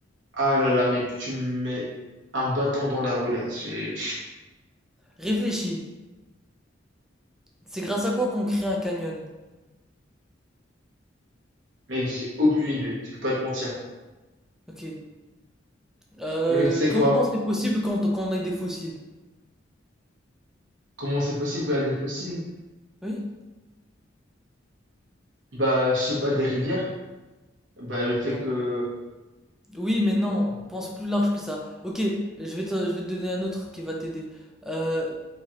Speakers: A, on the right (about 75°); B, in the centre.
A: Ah là là, mec, tu me mets un bâton dans la roue là. J'ai-
B: Réfléchis. C'est grâce à quoi qu'on crée un canyon?
A: Mec, j'ai aucune idée, je peux pas te mentir.
B: Ok. Euh,
A: Mec, tu sais
B: comment
A: quoi?
B: c'est possible quand, quand on est des fossiles?
A: Comment c'est possible qu'on a des fossiles?
B: Oui?
A: Bah, je sais pas, des rivières? Bah, le fait
B: Non.
A: que.
B: Oui, mais non,
A: Oh.
B: pense plus large que ça. Ok, je vais te, je vais te donner un autre qui va t'aider. Euh,